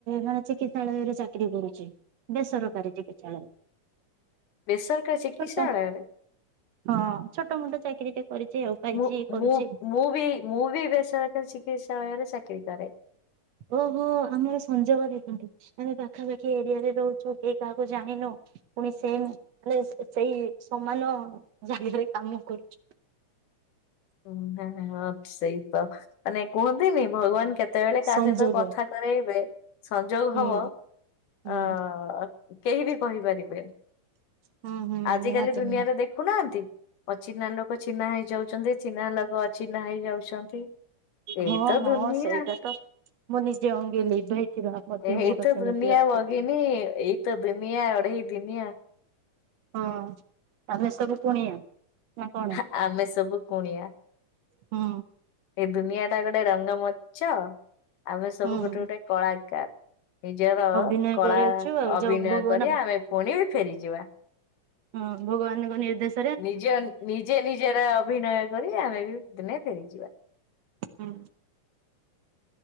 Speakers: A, on the right; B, on the left.
A: ମାନେ ଚିକିତ୍ସାଳୟରେ ଚାକିରି କରୁଛି ବେସରକାରୀ ଚିକିତ୍ସାଳୟ।
B: ବେସରକାରି ଚିକିତ୍ସାଳୟ
A: ଛୋଟ।
B: ରେ।
A: ହଁ ଛୋଟମୋଟ ଚାକିରି ଟେ କରିଚି ଆଉ। ପାଇଛି
B: ମୁ
A: କରୁଛି
B: ମୁ ମୁୂଭିି ମୁୂଭି ବେସରକାର ଚିକିତ୍ସାଳୟରେ ଚାକିରି କରେ।
A: ଓହୋ ଆମର ସଂଯୋଗ ଦେଖନ୍ତୁ ଆମେ ପାଖାପାଖି ଏରିଆରେ ରହୁଛୁ କେହି କାହାକୁ ଜାଣିନୁ। ପୁଣି ସେ ମାନେ ସେଇ ସମାନ ଜାଗାରେ କାମ କରୁଚୁ। <inaudible>
B: ହୁଁଁ ସେଇ ତ ମାନେ କୁହନ୍ତିନି ଭଗବାନ କେତେବେଳେ କାହା
A: ସଂଯୋଗ
B: ସହିତ କଥା କରେଇବେ ସଂଯୋଗ
A: ହୁଁ
B: ହବ
A: ହୁଁ।
B: ଅ କେହି ବି କହିପାରିବେ
A: ହୁଁ ହୁଁ
B: ଆଜିକାଲି
A: ନିହାତି
B: ଦୁନିଆରେ
A: ନିହାତି
B: ଦେଖୁନାହାନ୍ତି। ଅଚିହ୍ନା ଲୋକ ଚିହ୍ନା ହେଇଯାଉଛନ୍ତି ଚିହ୍ନା ଲୋକ ଅଚିହ୍ନା ହେଇଯାଉଛନ୍ତି। ଏଇ
A: ହଁ
B: ତ
A: ହଁ
B: ଦୁନିଆ।
A: ସେଇଟା ତ ମୁଁ ନିଜେ ଅଙ୍ଗେ ଲିଭାଇଥିବା ମଧ୍ୟ
B: ଏଇ
A: ମୋର
B: ତ
A: ସେମିତି
B: ଦୁନିଆ
A: ଅଛି
B: ଭଗିନୀ ଏଇ ତ ଦୁନିଆ ଅଢ଼େଇ ଦିନିଆ।
A: ହଁ ଆମେ ସବୁ କୁଣିଆ। ନା କଣ
B: ହା ଆମେ ସବୁ କୁଣିଆ।
A: ହୁଁ
B: ଏ ଦୁନିଆଟା ଗୋଟେ ରଙ୍ଗମଂଚ ଆମେ ସବୁ
A: ହୁଁ।
B: ଗୋଟେ ଗୋଟେ କଳାକାର। ନିଜର
A: ଅଭିନୟ
B: କଳା
A: କରଉଛୁ ଆଉ
B: ଅଭିନୟ
A: ଯୋଉ ଭଗବାନ
B: କରି ଆମେ ପୁଣି ବି ଫେରିଯିବା।
A: ହଁ ଭଗବାନଙ୍କ ନିର୍ଦ୍ଦେଶ।
B: ନିଜ ନିଜେ ନିଜର ଅଭିନୟ କରି ଆମେ ବି ଦିନେ ଫେରିଯିବା।
A: ହୁଁ